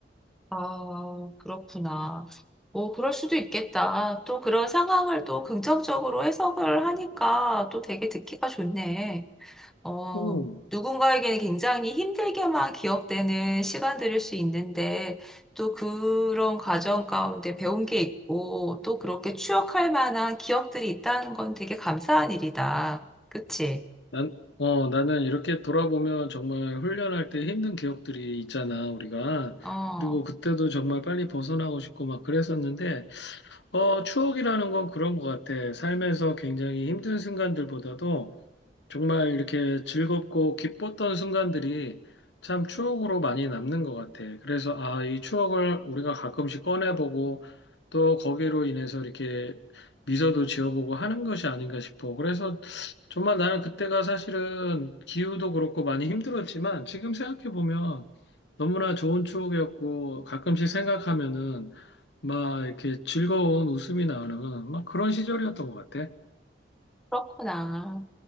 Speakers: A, in the centre; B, on the left (about 70°).
A: 아, 그렇구나. 오, 그럴 수도 있겠다. 또 그런 상황을 또 긍정적으로 해석을 하니까 또 되게 듣기가 좋네. 어,
B: 음.
A: 누군가에게는 굉장히 힘들게만 기억되는 시간들일 수 있는데, 또 그런 과정 가운데 배운 게 있고, 또 그렇게 추억할 만한 기억들이 있다는 건 되게 감사한 일이다. 그치?
B: 난, 어, 나는 이렇게 돌아보면 정말 훈련할 때 힘든 기억들이 있잖아, 우리가.
A: 어,
B: 그리고 그때도 정말 빨리 벗어나고 싶고 막 그랬었는데, 어, 추억이라는 건 그런 것 같아. 삶에서 굉장히 힘든 순간들보다도 정말 이렇게 즐겁고 기뻤던 순간들이 참 추억으로 많이 남는 것 같아. 그래서 아, 이 추억을 우리가 가끔씩 꺼내보고 또 거기로 인해서 이렇게 미소도 지어보고 하는 것이 아닌가 싶어. 그래서 정말 나는 그때가 사실은 기후도 그렇고 많이 힘들었지만 지금 생각해보면 너무나 좋은 추억이었고 가끔씩 생각하면은 막 이렇게 즐거운 웃음이 나는 막 그런 시절이었던 것 같아.
A: 그렇구나.